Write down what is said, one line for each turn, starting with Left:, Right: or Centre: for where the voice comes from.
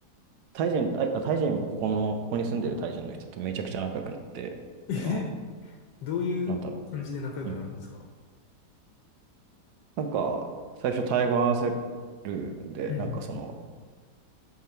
Right: タイ人、タイ、あタイ人もここの、ここに住んでるタイ人の人とめちゃくちゃ仲良くなって、
Left: え
Right: 今、
Left: どういう感じで仲良くなるんですか
Right: なんだろう。なんか、最初、タイ語話せるんで、
Left: うん。
Right: なんかその、